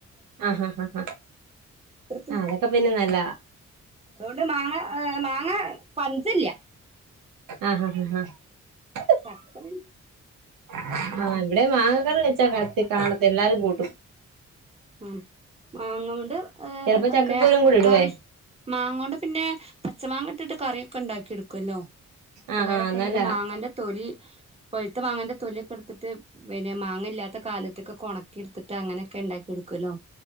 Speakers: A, on the right (about 90°); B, on the right (about 20°).
A: ആഹ് ആ ആഹ്
B: അത്രക്ക്
A: ആ ആതേ ക്ക പിന്നെ നല്ലതാ
B: അതുകൊണ്ട് മാങ്ങ മാങ്ങ പഞ്ച്ല്ല്യ
A: ആഹ് ഹഹ് ആഹ് ആഹ
B: പട്ട <unintelligible>
A: <unintelligible> ഇവിടെ മാങ്ങകറി വെച്ചാ കത്തി കാണ അതെല്ലാരും കൂട്ടും
B: ആ മാങ്ങ കൊണ്ട് ഏ
A: ചിലപ്പോ ചക്കക്കുരും
B: പിന്നെ
A: കൂടി ഇടുവേ
B: കറി മാങ്ങ കൊണ്ട് പിന്നെ പച്ച മാങ്ങ ഇട്ടിട്ട് കറി കണ്ടാക്കിയെടുക്കും ക്കൊല്ലോ ചിലരൊക്കെ
A: ആഹ് ആഹ് നല്ലതാ
B: പിന്നെ മാങ്ങന്റെ തൊലി പൊഴുത്തു മാങ്ങേന്റെ തൊലിയൊക്കെ എടുത്തിട്ട് പിന്നെ മാങ്ങ ഇല്ലാത്ത കാലത്ത് ഇതൊക്കൊണ ക്കിട്ത്തിട്ട് അനെയൊക്കെണ്ടാക്കി എടുക്കുല്ലോ